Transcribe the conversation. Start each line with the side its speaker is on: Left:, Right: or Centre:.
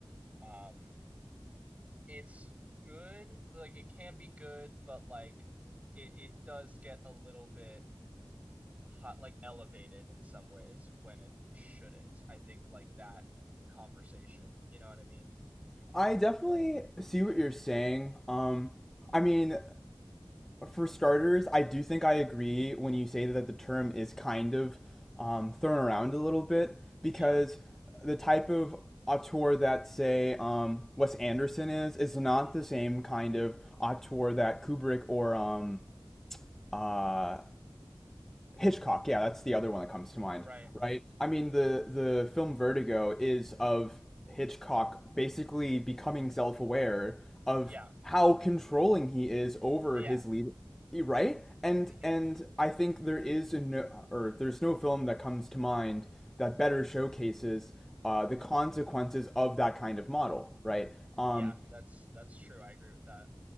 Right: um it's good, like it can be good, but like it it does get a little bit hot like elevated in some ways when it shouldn't. I think like that conversation, you know what I mean?
Centre: I definitely see what you're saying. Um, I mean, for starters, I do think I agree when you say that the term is kind of um, thrown around a little bit because
Right: Yeah.
Centre: the type of auteur that, say, um, Wes Anderson is, is not
Right: hmm
Centre: the same kind of auteur that Kubrick or um, uh, Hitchcock, yeah, that's the other one that comes to mind,
Right: Right.
Centre: right? I mean, the the film Vertigo is of Hitchcock basically becoming self-aware of
Right: Yeah.
Centre: how controlling he is over
Right: Yeah.
Centre: his lead, right? And
Right: hmm
Centre: and I think there is a no, or there's no film that comes to mind that better showcases uh, the consequences of that kind of model, right? Um,
Right: Yeah, that's that's true. I agree with that.